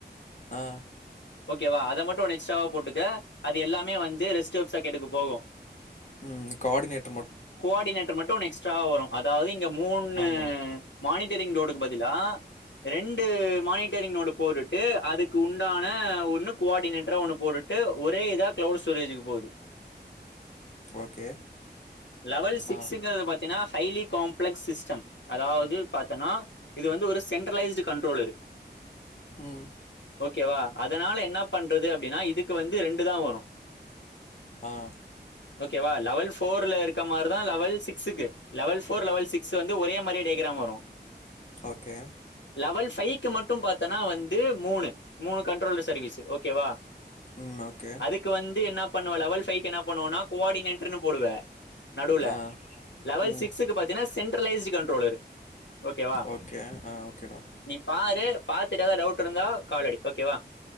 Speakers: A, on the left (about 40°); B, on the left (about 85°).
A: ஆ
B: ஓகேவா அத மட்டு ஒன்னு எக்ஸ்ட்ராவாக போட்டுக்க அது எல்லாமே வந்து ரெஸ்ட்டோப் ஸர்க்கெட்டுக்கு போகு
A: ம் கோடினேட்
B: கோர்டினேட்டர் மட்டு ஒன்னு எக்ஸ்ட்ராவா வரு அதாவது இங்க மூணு
A: ஆமாம்
B: மானிட்டரிங்லோடு கு பதிலா ரெண்டு மானிட்டரிங்னோடு போரிட்டு அதுக்கு உண்டான ஒன்னு கோடினேட்றா ஒன்னு போடுட்டு ஒரோ இதா கிளவுட் ஸ்டோரேஜ்ஜுக்கு போவுது
A: ஓகே
B: லெவல் சிக்ஸுங்கிறது
A: ஆ
B: பாத்தீன்னா ஹைலி காம்ப்ளெக்ஸ் சிஸ்டம் அதாவது பாத்தன்னா இது வந்து ஒரு சென்ட்ரலைஸ்ட் கண்ட்ரோலரு
A: ம்
B: ஓகேவா அதனால என்ன பண்றது அப்டின்னா இதுக்கு வந்து ரெண்டு தா வரு
A: ஆ
B: ஓகேவா லெவல் ஃபோர்ல இருக் க்க மாரி தா லெவல் சிக்ஸ்ஸுக்கு லெவல் ஃபோர் லெவல் சிக்ஸ் வந்து ஒரே மாரியே டைகிராம் வரு
A: ஓகே
B: லெவல் ஃபைக்கு மட்டும் பாத்தனா வந்து மூணு மூணு கண்ட்ரோல்டு சர்வீஸ்சு ஓகேவா
A: ம். ஓகே.
B: அதுக்கு வந்து என்னப் பண்ணுவ லெவல் பைக்கு என்ன பண்ணுவம்னா கோஆடினேட்டர்னு போடுவ நடுல
A: ஆ.
B: லெவல்
A: ம்.
B: சிக்ஸுக்கு பாத்தீனா சென்டர்ல் <unintelligible> கண்ட்ரோலறு ஓகேவா
A: ஓகே. ஆ. ஓகேடா.
B: நீ பாரு பாத்துட்டு ஏதோ டவுட் இருந்தா கால் அடி ஓகேவா